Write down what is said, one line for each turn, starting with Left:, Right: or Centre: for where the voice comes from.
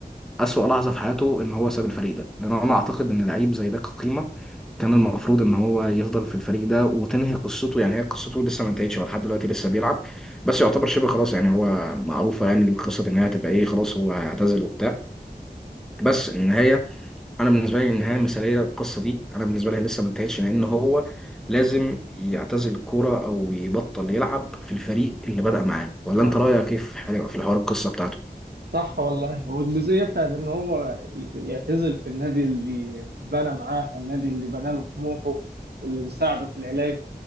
Centre: أسوأ لحظة في حياته إن هو ساب الفريق ده لأن أنا أعتقد إن لعيب زي ده كقيمة كان المفروض إن هو يفضل في الفريق ده وتنهي قصته يعني هي قصته لسه ما انتهتش هو لحد دلوقتي لسه بيلعب بس يعتبر شبه خلاص يعني هو معروفة يعني القصة إن هي هتبقى إيه خلاص هو هيعتزل وبتاع بس النهاية أنا بالنسبة لي النهاية مثالية للقصة دي أنا بالنسبة لي لسه ما انتهتش لأن هو لازم يعتزل الكورة أو يبطل يلعب في الفريق اللي بدأ معاه ولا
Right: صح
Centre: أنت رأيك كيف في حاجة- في الحوار القصة بتاعته؟
Right: صح والله هو الجزئية بتاعت ان هو ي- يعتزل في النادي اللي اتبنى معاه والنادي اللي بنى له طموحه واللي ساعده في العلاج